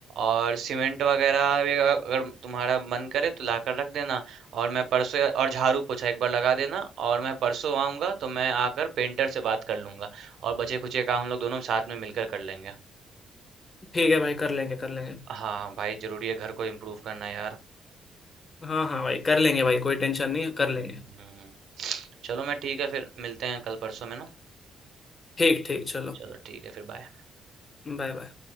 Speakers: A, on the right (about 70°); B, on the left (about 30°).
A: और सीमेंट वगैरह भी अगर अगर तुम्हारा मन करे तो ला कर रख देना और मैं परसों या- और झाड़ू पोछा एक बार लगा देना और मैं परसों आऊँगा तो मैं आकर पेंटर से बात कर लूँगा और बचे खुचे काम हम लोग दोनों साथ में मिलकर कर लेंगे
B: ठीक है भाई कर लेंगे कर लेंगे
A: हाँ भाई जरूरी है घर को इम्प्रूव करना यार
B: हाँ हाँ भाई कर लेंगे भाई कोई टेंशन नहीं है कर लेंगे
A: हम्म हम्म हम्म हम्म। चलो मैं ठीक है फिर मिलते हैं कल परसों में ना
B: ठीक ठीक चलो
A: चलो ठीक है फिर बाय
B: Bye bye